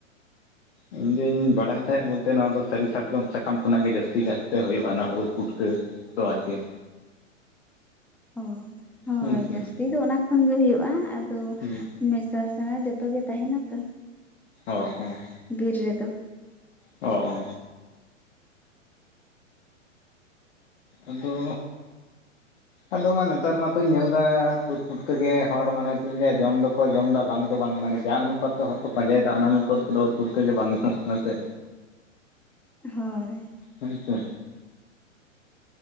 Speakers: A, on the left (about 55°); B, in the centre.
A: ᱤᱧ ᱫᱩᱧ ᱵᱟᱰᱟᱭ ᱛᱟᱦᱮᱸ ᱵᱚᱞᱛᱮ ᱱᱚᱣᱟ ᱫᱚ ᱥᱟᱹᱨᱤ ᱥᱟᱨᱡᱚᱢ ᱥᱟᱠᱟᱢ ᱠᱷᱚᱱᱟᱜ ᱜᱮ ᱡᱟᱹᱥᱛᱤ ᱠᱟᱭᱛᱮ ᱦᱳᱭᱳᱜᱼᱟᱱᱟᱜ ᱩᱫ ᱯᱩᱴᱠᱟᱹ ᱫᱚ ᱟᱨᱠᱤ
B: ᱚ ᱦᱳᱭ
A: ᱦᱩᱸ ᱦᱩᱸ
B: ᱡᱟᱹᱥᱛᱤ ᱫᱚ ᱚᱱᱟ ᱠᱷᱚᱱ ᱜᱮ ᱦᱩᱭᱩᱜᱼᱟ ᱟᱫᱚ
A: ᱦᱩᱸ
B: ᱢᱮᱥᱟ ᱥᱮᱬᱟ ᱡᱚᱛᱚ ᱜᱮ ᱛᱟᱦᱮᱱᱟ ᱛᱚ
A: ᱚ ᱦᱚᱸ
B: ᱵᱤᱨ ᱨᱮᱫᱚ
A: ᱚ ᱚ ᱟᱫᱚ ᱟᱫᱚ ᱢᱟ ᱱᱮᱛᱟᱨ ᱢᱟᱛᱚᱧ ᱧᱮᱞᱫᱟ ᱩᱫ ᱯᱩᱴᱠᱟᱹ ᱜᱮ ᱦᱚᱲ ᱢᱟᱱᱮ ᱪᱮᱫ ᱤᱧ ᱞᱟᱹᱭᱟ ᱡᱚᱢ ᱫᱚ ᱠᱚ ᱡᱚᱢᱫᱟ ᱵᱟᱝ ᱫᱚ ᱵᱟᱝ ᱢᱟᱱᱮ ᱡᱟᱸᱦ ᱚᱱᱩᱯᱟᱛ ᱛᱮ ᱦᱚᱲ ᱠᱚ ᱯᱟᱸᱡᱟᱭᱮᱫᱟ ᱚᱱᱟ ᱚᱱᱩᱯᱟᱛ ᱛᱮᱫ ᱩᱛᱩ ᱯᱩᱴᱠᱟᱹ ᱜᱮ ᱵᱟᱝ ᱧᱟᱢᱚᱜ ᱠᱟᱱᱟ ᱥᱮ
B: ᱦᱳᱭ
A: ᱟᱪᱪᱷᱟ